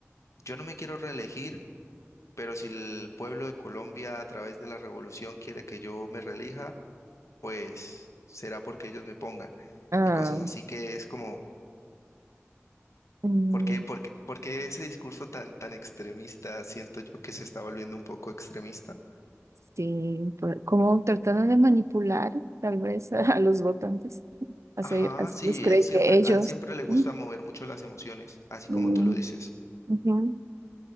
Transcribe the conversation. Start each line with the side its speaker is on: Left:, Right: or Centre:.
Left: yo no me quiero reelegir, pero si el pueblo de Colombia a través de la revolución quiere que yo me reelija, pues será porque ellos me pongan,
Right: ah,
Left: y cosas así que es como...
Right: mm,
Left: ¿Por qué, por qué- por qué ese discurso tan, tan extremista? Siento yo que se está volviendo un poco extremista.
Right: sí, por- como trataron de manipular, tal vez, <laughs> a, a los votantes, hacer,
Left: Ajá,
Right: hacerles
Left: sí,
Right: creer
Left: él siempre,
Right: que ellos.
Left: a él siempre le gusta
Right: ¿no?
Left: mover mucho las emociones, así
Right: Mm,
Left: como tú lo dices.
Right: ujú.